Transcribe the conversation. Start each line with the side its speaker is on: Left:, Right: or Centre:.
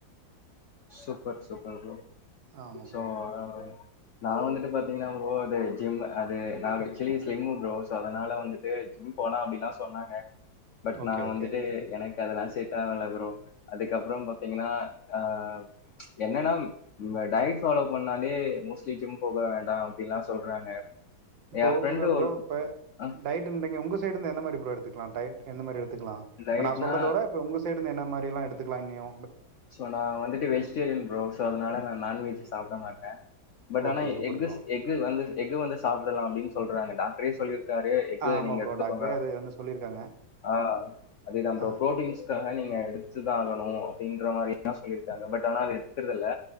Left: சூப்பர் சூப்பர்
Right: ஆமா
Left: சோ
Right: ப்ரோ
Left: <unintelligible> நா வந்துட்டு பாத்தீங்கன்னா ப்ரோ அது ஜிம் அது நா ஆக்சுலி ஸ்லிம் ப்ரோ சோ அதனால வந்துட்டு ஜிம் போலா அப்பிடில்லா சொன்னாங்க பட்
Right: ஓகே
Left: நா
Right: ஓகே
Left: வந்துட்டு எனக் க்கு அதெல்லா செட் ப்ரோ அதுக்கப்புறோ பாத்தீங்கன்னா ஆ என்னன்னாம் டயட் ஃபாலோ பண்ணாலே மோஸ்ட்லி ஜிம் போக வேண்டா அப்பிடில்லா சொல்றாங்க
Right: இப்போ
Left: எ ஃப்ரெண்டு
Right: உங்க ப்ரோ
Left: ஒரு
Right: இப்ப
Left: அ
Right: டயட் இன்டிங்க உங்க சைடு இருந்து எந்த மாரி ப்ரோ எடுத்துக்கலா டய்ட் எந்த மாரி எடுத் த்துக்கலா
Left: டயட்னா
Right: இப்ப நா சொல்றதோட இ உங்க சைடு இந்து என்ன மாரில்லா எடுத்து க்லான்னியு
Left: சோ நா வந்துட்டு வெஜிடேரியன் ப்ரோ சோ அதனால நா நான்வெஜ் சாப்பிடமாட்டே பட்
Right: okay
Left: ஆனா
Right: super
Left: eggs
Right: bro
Left: egg வந்து எக் வந்து சாப்பிடலா அப்பிடின் சொல்றாங்க டாக்டரே சொல்லிரு க்காரே எக்கு
Right: ஆ ஆமா
Left: நீங்க
Right: ப்ரோ
Left: எடுத்துக்கோங்க
Right: டாக்டரே அது வந்து சொல்லிருக்காங்க
Left: ஆ அதேதா
Right: ஆ
Left: ப்ரோ புரோட்டீன்ஸ்காக நீ நீங்க எடுத்துதா ஆகணு இன்ற மாரிதா சொல்லியிருக்காங்க பட் ஆன எத்துக்கிறது இல்ல